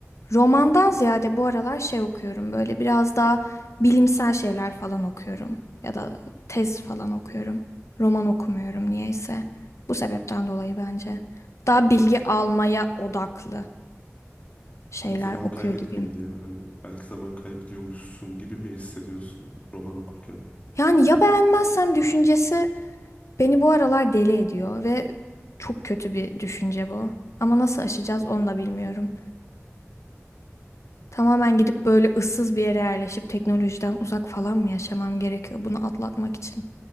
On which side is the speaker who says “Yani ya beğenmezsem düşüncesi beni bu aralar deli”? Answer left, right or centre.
Left